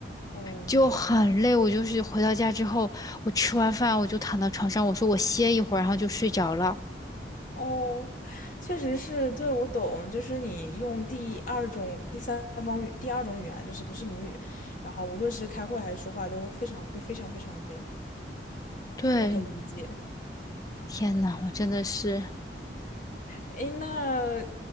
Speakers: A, on the left; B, on the left.
A: 哦，
B: 就很累。我就是回到家之后，我吃完饭我就躺到床上，我说我歇一会儿，然后就睡着了。
A: 哦，确实是，对，我懂，就是你用第二种、第三方语、第二种语言，就是不是母语，然后无论是开会还是说话，都非常会非常非常累，
B: 对，
A: 我很理解。
B: 天呐，我真的是
A: 诶，那